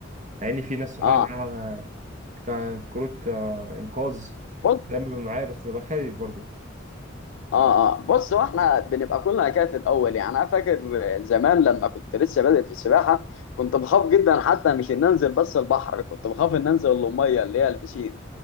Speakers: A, on the right; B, on the left.
A: يعني في ناس صحابي
B: اه
A: معاها ك- كروت آه، انقاذ
B: بص
A: دايما بيبقى معايا بس ببقى خايف برضه
B: اه اه بص واحنا بنبقى كلنا كده في الاول يعني انا فاكر زمان لما كنت لسه بادئ في السباحة كنت بخاف جدا حتى مش ان انزل بس البحر كنت بخاف ان انزل المية اللي هي البسين